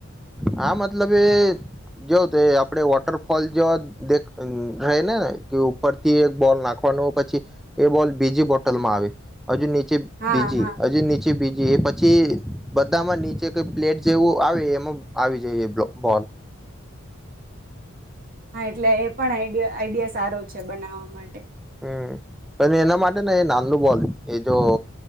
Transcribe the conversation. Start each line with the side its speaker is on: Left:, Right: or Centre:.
Centre: હા મતલબ એ જોવ તો આપડે વોટરફોલ જો દે રહે ને ને કે ઉપરથી એક બોલ નાખવાનોય પછી, એ બોલ બીજી બોટલમાં આવે. હજુ નીચે
Right: હા
Centre: બીજી
Right: હા
Centre: હજુ નીચે બીજી પછી બધામાં નીચે કઈ પ્લેટ જેવું આવે એમાં આવી જાય બોલ
Right: હા એટલે એ પણ આઈ આઈડિયા સારો છે બનાવા માટે
Centre: હમ પણ એના માટે ને એ નાનો બોલ એ જો